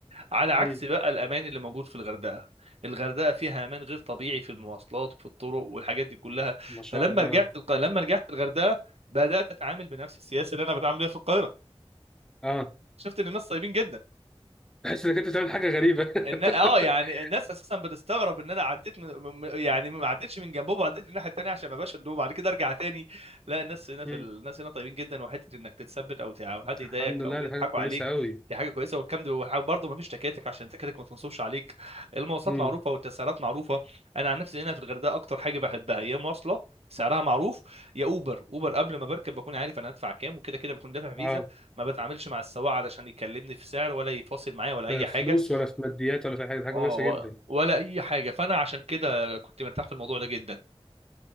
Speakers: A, on the right; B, in the centre.
A: على عكس
B: مم.
A: بقى الامان اللي موجود في الغردقه الغردقه فيها امان غير طبيعي في المواصلات وفي الطرق والحاجات دي كلها
B: ما شاء
A: فلما
B: الله
A: رجعت الق... لما رجعت الغردقه بدات اتعامل بنفس السياسه اللي انا بتعامل بيها في القاهره
B: اه
A: شفت ان الناس طيبين جدا
B: تحس انك انت بتعمل حاجه غريبه
A: ان اه
B: <laughs>
A: يعني الناس اساسا بتستغرب ان انا عديت من من- يعني ما عديتش من جنبهم وعديت من الناحيه التانيه عشان ما بقاش ادوه بعد كده ارجع تاني لا الناس هنا في
B: مم.
A: ال- الناس هنا طيبين جدا وحته انك تتثبت او ت- او حد يضايقك
B: الحمد لله
A: او يضحكوا
B: دي حاجه كويسه
A: عليك
B: قوي
A: دي حاجه كويسه والكلام ده برضه ما فيش تكاتك عشان التكاتك ما تنصبش عليك المواصلات
B: مم.
A: معروفه والتسعيرات معروفه انا عن نفسي هنا في الغردقه اكتر حاجه بحبها يا مواصله سعرها معروف يا اوبر اوبر قبل ما بركب بكون عارف انا هدفع كام وكده كده بكون دافع فيزا
B: اه
A: ما بتعاملش مع السواق علشان يكلمني في سعر ولا يفاصل معايا ولا اي
B: لا فلوس
A: حاجه
B: ولا في ماديات ولا في أي حاجه حاجه
A: اه
B: كويسه
A: و-
B: جدا
A: ولا اي حاجه فانا عشان كده كنت مرتاح في الموضوع ده جدا